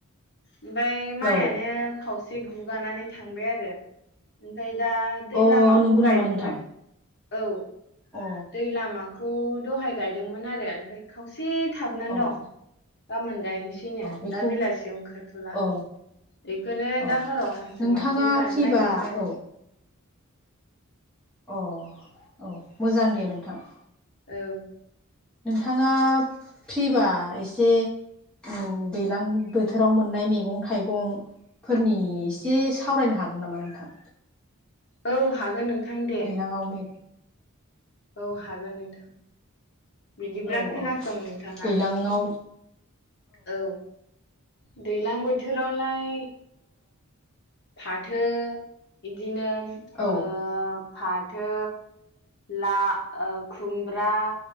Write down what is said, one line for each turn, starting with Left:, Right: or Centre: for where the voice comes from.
Left: ओमफ्राय माइआानो
Centre: औ
Left: खावसे गुगानानै थांबाय आरो ओमफ्राय दा दै
Centre: अ
Left: लामाखौ
Centre: नंगौ नामा
Left: गायदोंमोन
Centre: नोंथां?
Left: औ
Centre: अ
Left: दै लामाखौ दहाय गायदोंमोन आरो ओमफ्राय खावसे थाबोनानै
Centre: अ
Left: दं गाबोन गायनोसैनो
Centre: बेखौ
Left: दा बेलासियाव ओंखारथ'ला
Centre: अ
Left: बेखौनो
Centre: अ
Left: दा हराव हांसो
Centre: नोंथाङा
Left: माासो जानो
Centre: फ्रिबा
Left: नागिरदों आरो
Centre: औ अ औ मोजां दे नोंथां ।
Left: औ
Centre: नोंथाङा फ्रि बा एसे उम दैज्लां बोथोराव मोननाय मैगं-थाइगं फोरनि एसे सावरायनो हागोन नामा नोंथां?
Left: औ हागोन नोंथां दे
Centre: दैलाङाव मैगं
Left: औ हागोन नोंथां बिदिब्ला
Centre: औ
Left: खोनासं
Centre: औ
Left: नोंथाङा
Centre: दैलाङाव
Left: औ दै्लां बोथोरावलाय फाथो बिदिनो
Centre: औ
Left: ओ फाथो ला ओ खुमब्रा